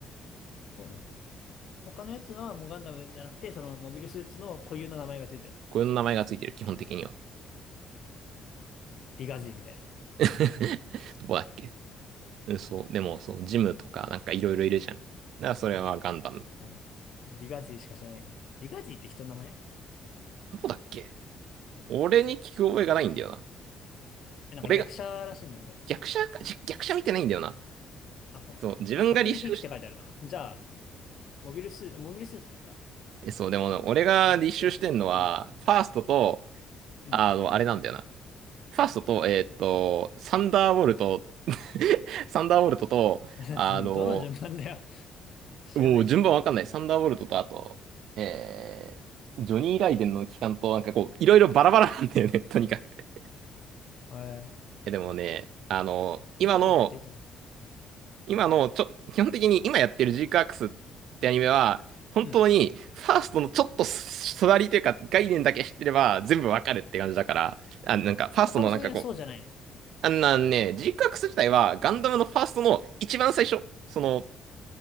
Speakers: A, on the left; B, on the right.
A: そうなんだ。他のやつはもうガンダムじゃなくて、そのモビルスーツの固有の名前がついてるの。
B: こういう名前がついてる、基本的には。
A: ディガジーみたいな。
B: <laughs> どこだっけうん、そう。でも、そう、ジムとか、なんかいろいろいるじゃん。だからそれはガンダム。
A: だねディガジーしか知らないから。ディガジーって人の名前
B: どこだっけ俺に聞く覚えがないんだよな。
A: え、なんか逆者らしいんだけど。
B: 俺が、逆者か、じ逆者見てないんだよな。
A: あ、そう。
B: そう、自分が履修し、
A: なんか格の兵器って書いてあるな。じゃあ、モビルスーツ、モビルスーツだった。
B: えそう、でも、俺が履修してんのは、
A: モビルスーツらしいわ。うん。
B: ファーストと、
A: うん。
B: あの、あれなんだよな。ファーストと、えーっと、サンダーボルト、<laughs> サンダーボルトと、
A: <laughs>
B: あの、
A: どの順番だよ。知らないしね。
B: もう順番わかんない。サンダーボルトと、あと、えー、ジョニー・ライデンの期間と、なんかこう、いろいろバラバラなんだよね、<laughs> とにかく。
A: えー、
B: えでもね、あの、今の、
A: サンダーボルトっていつないうん。
B: 今の、ちょ、基本的に今やってるジークアクスってアニメは、本当に、
A: うん
B: ファーストのちょっと隣というか、概念だけ知ってれば、全部わかるって感じだから、あ、なんか、ファーストのなんかこう、
A: 他の作品はそうじゃないの。
B: あんなんね、ジークアクス自体はガンダムのファーストの一番最初、その、